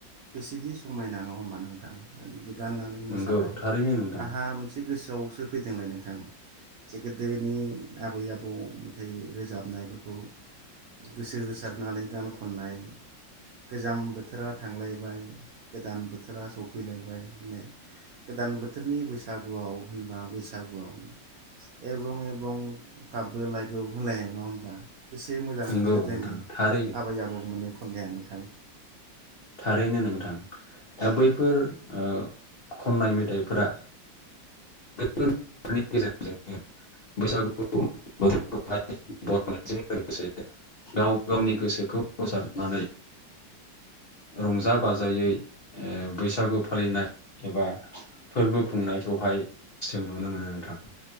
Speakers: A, on the right (about 70°); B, on the left (about 70°).
A: बेसेदि समायना नङा होमबा नोंथां? गाननानै मोसानाय
B: नंगौ थारैनो नोंथां।
A: आंहा मोनसे गोसोआवसो फैदोंलाय नोंथां जे गोदोनि आबै आबौ जे रोजाबनायफोरखौ गोसो होसारनानै गान खननाय गोजां बोथोरा थांलायबाय गोदान बोथोरा सफैलायबाय नै गोदान बोथोरनि बैसागुआव होनबा बैसागुआव एबं एबं गाबबो लायगौ होलायनाय नङा होनबा एसे मोजांमोनो
B: नंगौ
A: गोदोनि
B: नोंथां थारैनो
A: आबै आबौमोननि खनया नोंथां।
B: थारैनो नोंथां। दा बैफोर ओ खननाय मेथाइफोरा बैफोरनि गेजेरजोंनो बैसागुखौ <inaudible> बरायनायजों लोगोसे गाव गावनि गोसोखौ फोसारनानै ओ रंजा बाजायै बैसागु फालिनाय एबा फोरबो खुंनायखौहाय जों नुनो मोनो नोंथां।